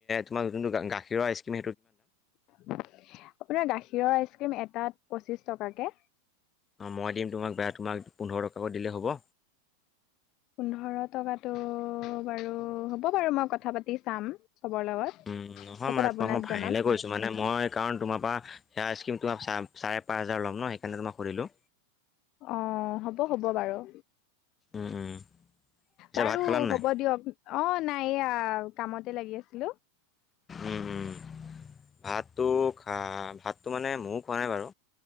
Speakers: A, on the left (about 20°); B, on the left (about 40°).
A: তোমাৰ যোনটো গাখীৰৰ আইচ ক্ৰীম।
B: আপোনাৰ গাখীৰৰ আইচক্ৰীম এটাত পঁচিচ টকাকে
A: অঁ মই দিম তোমাক বেয়া তোমাক পোন্ধৰ টকাকৈ দিলেই হ'ব।
B: পোন্ধৰ টকাটো বাৰু হ'ব বাৰু মই কথা পাতি চাম। চবৰ লগত
A: উম নহয়
B: তাৰপিছত
A: মানে
B: আপোনাক
A: তোমাক মই ফাইনেলহে
B: জনাম
A: কৰিছো। মানে মই কাৰণ তোমাৰ পৰা সেয়াৰ তোমাৰ চাৰে চাৰে পাঁচ হাজাৰ ল'ম ন সেইকাৰণে তোমাক সুধিলোঁ
B: অ হ'ব হ'ব বাৰু।
A: উম উম। পিছে
B: বাৰু
A: ভাত খালা নাই
B: হ'ব দিয়ক অ নাই এয়া কামতে লাগি আছিলোঁ।
A: উম উম ভাতটো খা ভাতটো মানে ময়ো খোৱা নাই বাৰু।